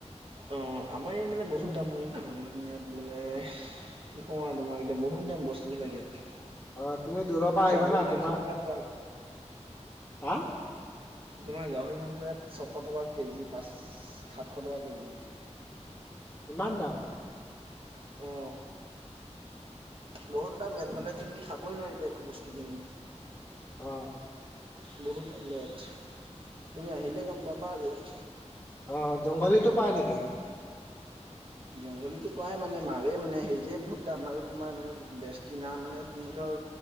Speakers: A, on the right; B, on the left.
A: অ আমাৰ ইয়াত মানে বহুত
B: তুমি
A: দাম লয় না মানে ইয়াত মানে কি কও আৰু তোমাক এতিয়া বহুত দাম বস্তুবিলাক ইয়াত।
B: অ তুমি দূৰৰ পৰা আহিবা
A: গাহৰি
B: না
A: মাংস
B: তোমাৰ
A: কিমান টকা
B: হা
A: তোমাৰ গাহৰি মাংস ইয়াত ছশ টকা কেজি, পাঁচ সাতশ টকা কেজি
B: ইমান দাম?
A: অ বহুত দাম ই মানে তুমি খাবই নোৱাৰি একো বস্তু কিনি
B: অ
A: বহুত দাম লয় ইয়াত তুমি আহিলে গম পাবা আৰু ইয়াত
B: অ জংঘলীটো পাই নেকি?
A: জংঘলীটো পাই মানে মাৰে মানে সেই যে বহুত দাম আৰু তোমাৰ এনেকে বেছ কিনা মানে তুমি ধৰ,